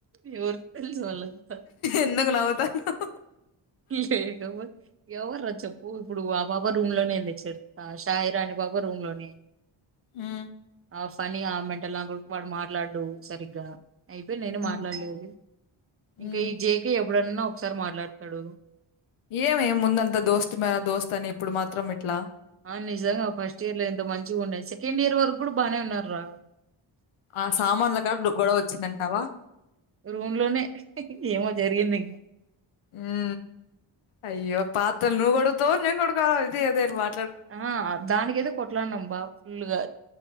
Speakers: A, on the right; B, on the left.
A: యావత్ వలంత
B: ఎందుకు నవ్వుతాన్నావ్
A: లేకపోతే ఎవర్రా చెప్పు ఇప్పుడు ఆ పాప రూమ్ లోనే ఉంది చిత షాయిరా అనే పాప రూమ్ లోనే
B: ఆ
A: ఆ ఫనీ ఆ మెంటల్ నా కొడుకువ వాడు మాట్లాడు సరిగ్గా అయిపోయి నేను
B: హ్మ్
A: మాట్లాడలేదు
B: హ్మ్
A: ఇంకా ఈ జేకే ఇప్పుడన్నా ఒకసారి మాట్లాడతడు
B: ఏమే ముందంత దోస్తున్నారా దోస్తత్ అని ఇప్పుడు మాత్రం ఇట్లా
A: ఆ నిజంగా ఫస్ట్ ఇయర్ లో ఎంత మంచిగా ఉండే సెకండ్ ఇయర్ వరకు కూడా బాగానే ఉన్నారా
B: ఆ సామాన్ల కాడ గొడవ వచ్చిందంటావా
A: రూమ్ లోనే ఏమో జరిగింది ఇంకా
B: ఆ అయ్యో పాత్రలు నువ్ గడుగుతవ నేన్ గడగల ఇది అద అని వా
A: ఆ దానికయితే కొట్లాన్నాం బా ఫుల్గా